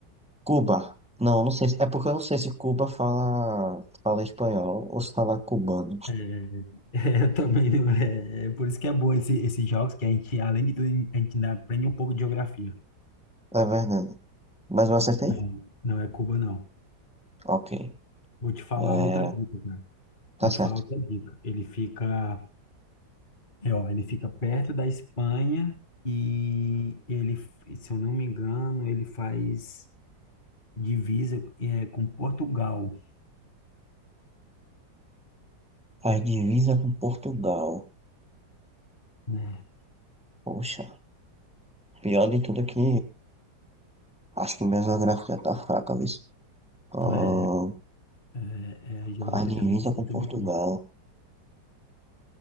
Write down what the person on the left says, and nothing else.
É, <laughs> eu também, não- é, é por isso que é bom esse, esses jogos, que a gente, além de tudo, a gente ainda aprende um pouco de geografia.
Não, não é Cuba, não.
Vou te falar
outra dica, cara.
Vou te
falar outra dica. Ele fica, é, ó, ele fica perto da Espanha e ele, se eu não me engano, ele faz divisa é, com Portugal,
né?
É, é, é, a geografia
também não é
muito boa,
não.